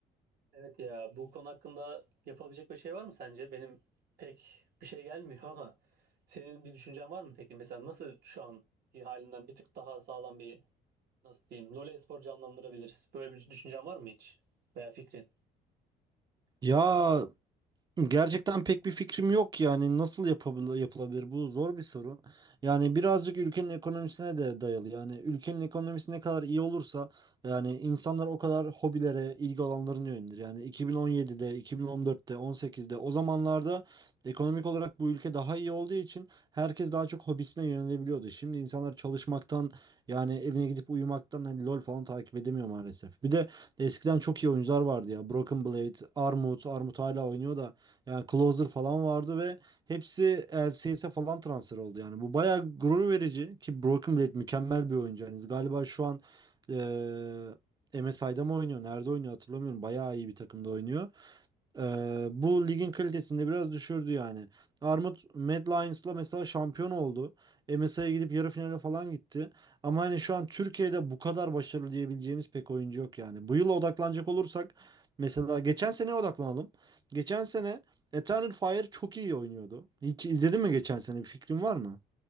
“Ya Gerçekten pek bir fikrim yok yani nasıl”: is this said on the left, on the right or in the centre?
Right